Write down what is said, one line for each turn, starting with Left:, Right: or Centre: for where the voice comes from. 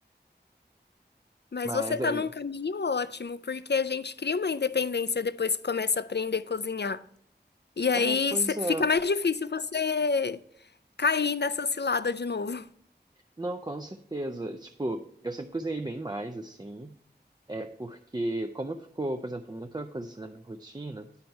Left: Mas
Right: Mas
Left: você está
Right: aí.
Left: num caminho ótimo, porque a gente cria uma independência depois que começa a aprender a cozinhar. E aí
Right: É, pois
Left: cê-
Right: é.
Left: fica mais difícil você cair nessa cilada de novo.
Right: Não, com certeza. Tipo, eu sempre cozinhei bem mais, assim. É porque, como ficou, por exemplo, muita coisa assim na minha rotina,